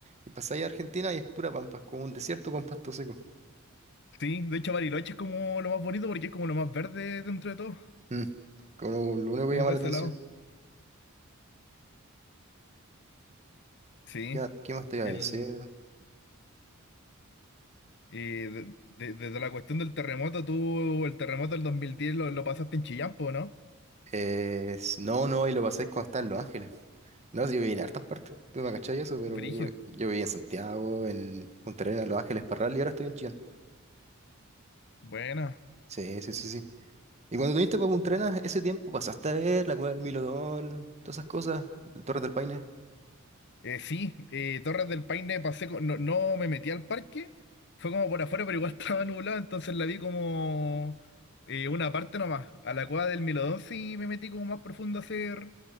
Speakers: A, on the right; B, on the left.
A: Y pasáis a Argentina y es pura pampa, es como un desierto con pasto seco.
B: Sí, de hecho Bariloche es como lo más bonito porque es como lo más verde dentro de todo,
A: Mm, como lo único que
B: como
A: llama
B: por
A: la
B: ese
A: atención.
B: lado. Sí,
A: Ya, ¿qué más te iba
B: el,
A: a decir?
B: eh, de- de- desde la cuestión del terremoto, tú el terremoto del 2010 lo, lo pasaste en Chillán, po, ¿no?
A: Es- No, no, y lo pasé cuando estaba en Los Ángeles. No, si yo viví en hartas partes, tú me cachai eso, pero
B: Brigio,
A: yo, yo viví en Santiago, en Punta Arenas, Los Ángeles, Parral y ahora estoy en Chillán.
B: buena.
A: Sí, sí, sí, sí. Y cuando viniste para Punta Arenas, ese tiempo pasaste a ver la cueva del Milodón, todas esas cosas, el Torres del Paine.
B: Eh, sí, eh, Torres del Paine pasé, co- no, no me metí al parque, fue como por afuera, pero igual <laughs> estaba nublado, entonces la vi como eh, una parte nomás. A la cueva del Milodón sí me metí como más profundo a hacer